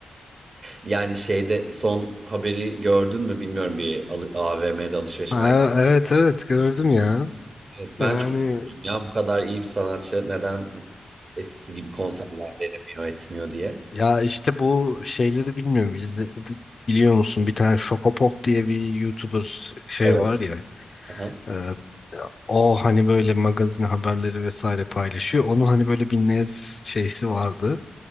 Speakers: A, on the right; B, on the left.
A: Yani şeyde son haberi gördün mü bilmiyorum bir al- AVM'de alışveriş
B: Ha,
A: merkezinde.
B: Evet evet gördüm ya.
A: Evet, ben
B: Yani
A: çok üzüldüm ya bu kadar iyi bir sanatçı neden eskisi gibi konserler veremiyor etmiyor diye.
B: Ya işte bu şeyleri bilmiyorum. İzle, biliyor musun? Bir tane Şokopop diye bir YouTuber şey
A: Evet.
B: var ya.
A: Aha.
B: e, o hani böyle magazin haberleri vesaire paylaşıyor. Onun hani böyle bir Nez şeysi vardı.